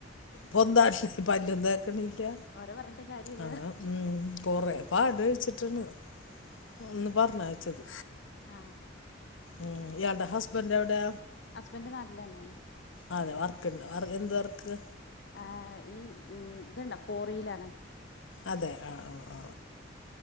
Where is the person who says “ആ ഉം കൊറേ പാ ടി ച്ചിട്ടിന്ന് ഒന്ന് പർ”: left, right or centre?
Left